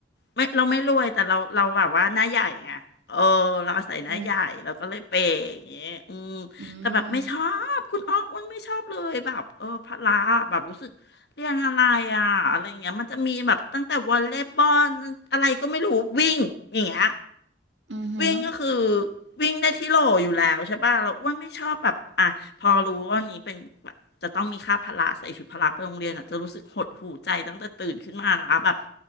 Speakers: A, on the left; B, on the right.
A: ไม่เราไม่รวยแต่เราเราแบบว่าหน้าใหญ่ไงเออเราอาศัยหน้าใหญ่เราก็เลยเปย์อย่างเงี้ยอืมแต่แบบไม่ชอบคุณอ้ออ้วนไม่ชอบเลยแบบเออพละแบบรู้สึกเรียนอะไรอ่ะอะไรอย่างเงี้ยมันจะมีแบบตั้งแต่วอลเลย์บอลอะไรก็ไม่รู้วิ่งอย่างเงี้ย
B: อืมอืมอือหือ
A: วิ่งก็คือวิ่งได้ที่โหลอยู่แล้วใช่ป่ะเราอ้วนไม่ชอบแบบอ่ะพอรู้ว่าวันนี้เป็นแบบจะต้องมีค่าพละใส่ชุดพละไปโรงเรียนอ่ะจะรู้สึกหดหู่ใจตั้งแต่ตื่นขึ้นมาแล้วแบบ